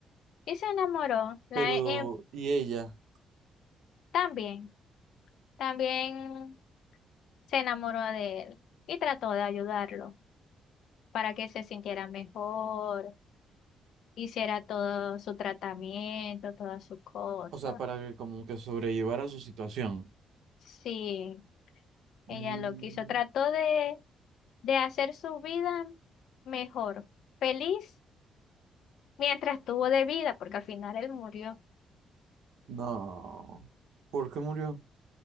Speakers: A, on the left; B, on the right.
A: Y se enamoró. La,
B: Pero,
A: eh,
B: ¿y ella?
A: también, también se enamoró de él y trató de ayudarlo para que se sintiera mejor, hiciera todo su tratamiento, todas sus cosas.
B: O sea, para que como que sobrellevara su situación.
A: Sí. Ella
B: Mm,
A: lo quiso, trató de, de hacer su vida mejor, feliz, mientras tuvo de vida, porque al final él murió.
B: No. ¿Por qué murió?